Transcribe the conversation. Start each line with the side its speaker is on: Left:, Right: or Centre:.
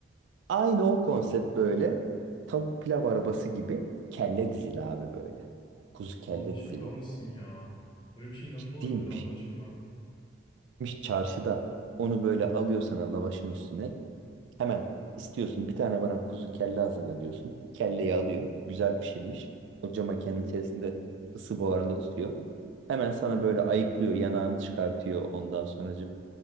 Right: aynı o konsept böyle tavuk pilav arabası gibi kelle dizili abi böyle. Kuzu kelle
Left: abi şaka
Right: dizili.
Left: mısın ya? Böyle bir şey nasıl
Right: Ciddiyim
Left: olabilir Allah
Right: pişmiş
Left: aşkına?
Right: çarşıda. Onu böyle alıyor sana lavaşın üstüne. Hemen istiyorsun bir tane bana kuzu kelle hazırla diyorsun. Kelleyi alıyor. Güzel pişirmiş. O cam makinenin içerisinde ısı buharında tutuyor. Hemen sana böyle ayıklıyor. Yanağını çıkartıyor. Ondan sonra